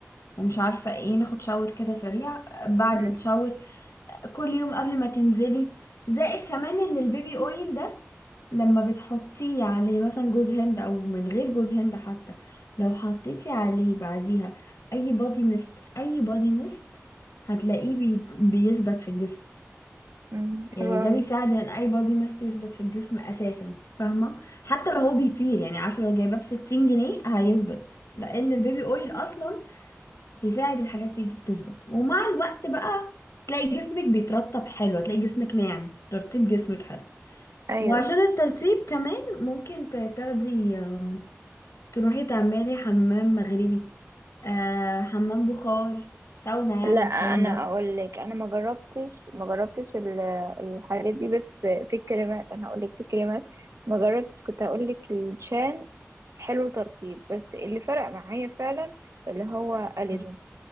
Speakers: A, on the left; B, on the right.
A: ومش عارفه ايه ناخد شاور كده سريع بعد
B: مم.
A: الشاور كل يوم قبل ما تنزلي زائد كمان ان البيبي اويل ده لما بتحطيه عليه مثلا جوز هند او من غير جوز هند حتى لو حطيتي عليه بعديها اي بادي ميست اي بادي ميست هتلاقيه بي... بيثبت في الجسم
B: مم.
A: يعني
B: حلو قوي
A: ده بيساعد ان اي بادي ميست يثبت في الجسم اساسا فاهمه حتى لو هو بيطير يعني عارفه لو جايباه ب 60 جنيه هيثبت لان البيبي اويل اصلا بيساعد الحاجات دي دي تثبت ومع الوقت بقى تلاقي جسمك بيترطب حلو هتلاقي جسمك ناعم ترطيب جسمك حلو
B: ايوه
A: وعشان الترطيب كمان ممكن ت- تاخدي آم، تروحي تعملي حمام مغربي آه، حمام بخار ساونا يعني
B: لا
A: الكلام
B: انا
A: ده
B: اقول لك انا ما جربتش ما جربتش ال- الحاجات دي بس في الكريمات انا هقول لك في الكريمات ما جربتش كنت هقول لك الشان حلو ترطيب بس اللي فرق معايا فعلا اللي هو اليجون
A: مم.